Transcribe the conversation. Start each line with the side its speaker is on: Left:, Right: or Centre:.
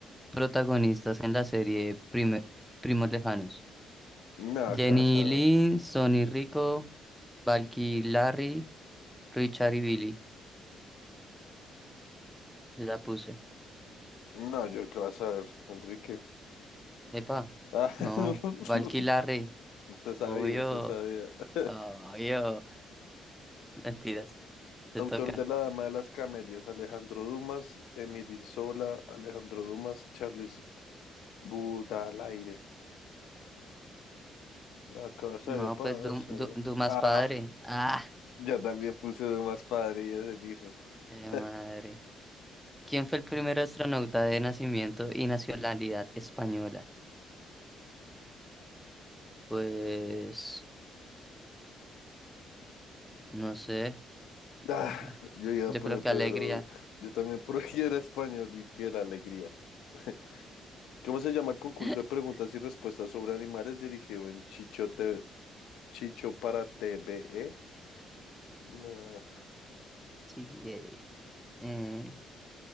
Centre: protagonistas en la serie Prime- Primos Lejanos?
Left: No,
Centre: Jenny
Left: casa.
Centre: y Lynn, Sonny y Rico, Valky y Larry, Richard y Billy. La puse.
Left: No, yo qué vas a ver, Enrique.
Centre: Epa,
Left: Ah, <laughs>
Centre: no, Valky y Larry,
Left: usted sabía,
Centre: obvio,
Left: usted sabía. <laughs>
Centre: obvio. Mentiras, te
Left: Autor
Centre: toca.
Left: de La Dama de las Camelias, Alejandro Dumas, Emily Sola, Alejandro Dumas, Charles Baudelaire. No, qué vas
Centre: No,
Left: a ver, para
Centre: pues Du-
Left: hacerlo.
Centre: Du- Dumas
Left: Ah,
Centre: padre. Ah,
Left: yo también puse Dumas padre y ese dijo.
Centre: qué madre.
Left: <laughs>
Centre: ¿Quién fue el primer astronauta de nacimiento y nacionalidad española? Pues No sé,
Left: Ah,
Centre: baila.
Left: yo iba
Centre: Yo
Left: a poner
Centre: creo que
Left: Pedro
Centre: alegría.
Left: Duque. Yo también <laughs> porque era español y que era alegría. <laughs> ¿Cómo se llama el concurso
Centre: <laughs>
Left: de preguntas y respuestas sobre animales dirigido en Chicho, Te- Chicho para TVE? No,
Centre: GBA. Eh,